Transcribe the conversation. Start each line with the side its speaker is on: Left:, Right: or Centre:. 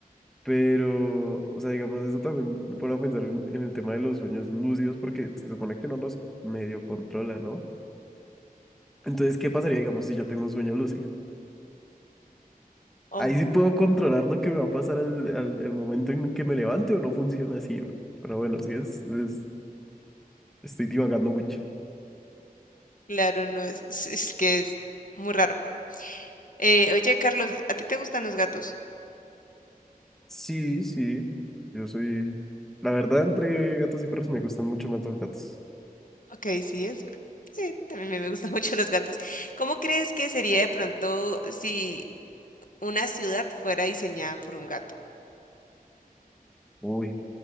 Centre: Pero, o sea, digamos, eso también me pone a pensar en, en el tema de los sueños lúcidos porque se supone que no los medio controla, ¿no? Entonces, ¿qué pasaría, digamos, si yo tengo un sueño lúcido?
Left: oh,
Centre: Ahí sí puedo controlar lo que me va a pasar al, al- el momento en que me levante o no funciona así. Pero bueno, sí es, es- estoy divagando mucho.
Left: claro, no es, es, es que es muy raro. Eh, oye, Carlos, ¿a ti te gustan los gatos?
Centre: Sí, sí, yo soy... La verdad, entre gatos y perros me gustan mucho más los gatos.
Left: Ok, sí, es... sí, también me gustan <laughs> mucho los gatos. ¿Cómo crees que sería de pronto si una ciudad fuera diseñada por un gato?
Centre: Uy,